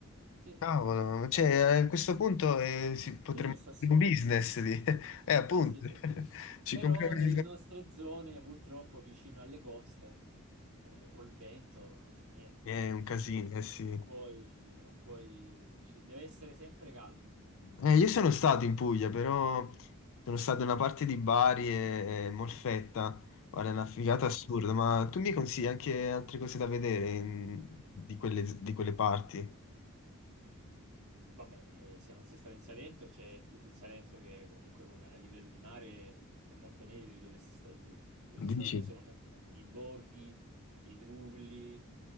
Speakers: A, on the right; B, on the left.
A: sì,
B: Cavolo, cioè, a questo punto eh, si potremmo
A: business assurdo.
B: fare un business lì. <laughs> Eh, appunto.
A: Sì, sì, sì.
B: <laughs> Ci
A: Però
B: compriamo...
A: nelle nostre zone, purtroppo, vicino alle coste, eh, col vento non fa niente,
B: È un casino,
A: perché non
B: eh sì.
A: puoi, non puoi, ci- deve essere sempre calmo.
B: Eh, io sono stato in Puglia, però sono stato in una parte di Bari e, e Molfetta. Guarda, è una figata
A: Ah,
B: assurda, ma tu mi consigli anche altre cose da vedere in- di quelle, di quelle parti?
A: Vabbè, eh, se non sei stato in Salento, c'è tutto il Salento che comunque come a livello di mare è molto meglio di dove sei stato tu. Dove sei
B: Dici?
A: stato tu sono molto i borghi, i trulli,